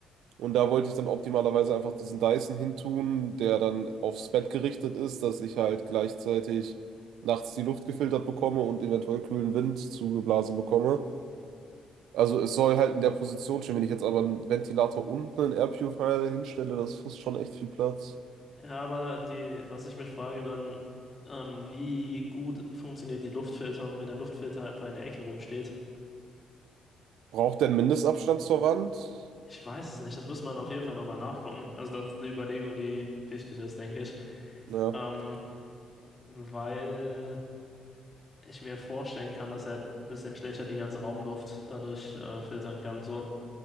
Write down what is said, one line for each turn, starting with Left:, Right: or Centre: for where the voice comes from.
Right: und da wollte ich dann optimalerweise einfach diesen Dyson hintun, der dann aufs Bett gerichtet ist, dass ich halt gleichzeitig nachts die Luft gefiltert bekomme und eventuell kühlen Wind zugeblasen bekomme. Also es soll halt in der Position stehen. Wenn ich jetzt aber einen Ventilator und einen Air Purifier hinstelle, das frisst schon echt viel Platz.
Left: Ja, aber die, was ich mich frage dann, ähm, wie gut funktioniert die Luftfilterung, wenn der Luftfilter einfach in der Ecke rumsteht?
Right: Braucht der einen Mindestabstand zur Wand?
Left: Ich weiß es nicht, das müsste man auf jeden Fall nochmal nachgucken. Also das ist eine Überlegung, die wichtig ist, denke ich.
Right: Ja.
Left: Ähm, weil... ich mir vorstellen kann, dass er ein bisschen schlechter die ganze Raumluft dadurch äh, filtern kann. So,